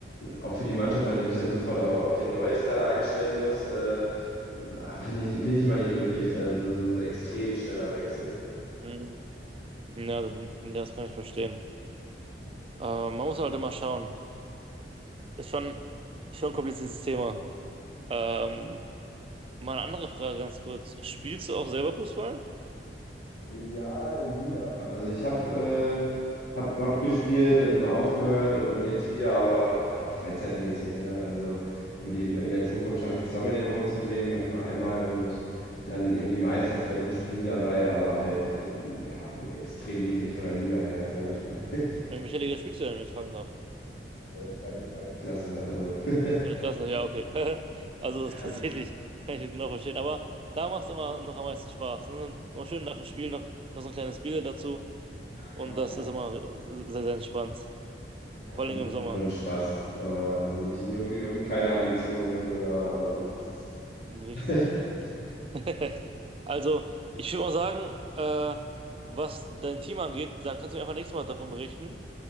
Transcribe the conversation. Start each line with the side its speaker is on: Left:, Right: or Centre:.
Left: auch für die Mannschaft, weil du dich dann sofort auf, auf ein neues da einstellen musst, äh, finde ich, finde ich immer nicht glücklich, also so ein so extrem schneller Wechsel.
Right: Mhm. Ja, das, das kann ich verstehen. Ähm, man muss halt immer schauen. Ist schon, ist schon ein kompliziertes Thema. Ähm, mal eine andere Frage ganz kurz. Spielst du auch selber Fußball?
Left: Ja, wieder. Also ich habe äh, hab, hab gespielt, dann mal aufgehört und, und jetzt wieder, aber ja, freizeitmäßig, ne? Also irgendwie, wenn es hochkommt, schaffe ich zweimal die Woche zum Training, manchmal einmal und dann irgendwie meistens bei den Spielen dabei, aber halt ähm, ja, extrem niedrig von der Liga her, sage ich mal. <laughs>
Right: In welcher Liga spielst du denn, wenn ich fragen darf?
Left: Äh, Zweite Kreisklasse, also. <laughs>
Right: Zweite Klasse, ja, okay. <laughs> Also
Left: Ja,
Right: tatsächlich
Left: da,
Right: kann ich das genau verstehen. Aber da macht es immer noch am meisten Spaß. Ne? Immer schön nach dem Spiel noch, noch so ein kleines Bier dazu. Und
Left: genau.
Right: das ist immer sehr, sehr entspannt.
Left: Ja,
Right: Vor
Left: da
Right: allem
Left: geht
Right: im
Left: einfach
Right: Sommer.
Left: nur um Spaß, aber also nicht irgendwie, irgendwie keine Ambitionen irgendwo da, aber gut, das ist.
Right: Richtig,
Left: <laughs> Ja,
Right: richtig. <laughs> Also, ich würde mal sagen, äh, was dein Team angeht, dann kannst du mir einfach nächstes Mal davon berichten.